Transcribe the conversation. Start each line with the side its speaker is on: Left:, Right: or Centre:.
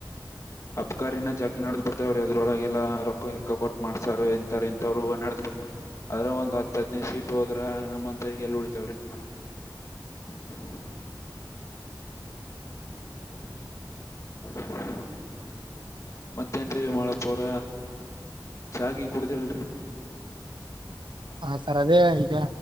Left: ಅಬ್ಕಾರಿಿನ ಜಗ್ಿ ನಡ್ದ್ ಬಿಿಡ್ತಾವ್ರೀ ಅದ್ರೊಳಗೆಲ್ಲ ರೊಕ್ಕಕ್ಕ ಕೊಟ್ಟು ಮಾಡ್ಸಾರ ಎಂತಾರೆ ಎಂತವ್ರು ನಡದ್ಬಿಡ್ತವ್ ಆದದ್ರ ಒ್ ಹದಿನನ ಸೀಟ್ ಹೋದ್ರ ನಮ್ಮ್ ಅಂತರಿಗೆ ಎಲ್ಲಿ ಉಡಿತೇವ್ರಿ ಹಾ ಹೂ ಮತ್ತೇನ್ರಿ ಮಳಪರ ಚಕ ಕುಡ್ದಲ್ರರಿ
Right: ಹಾ ಸರ್ ಅದೇ ಈಗ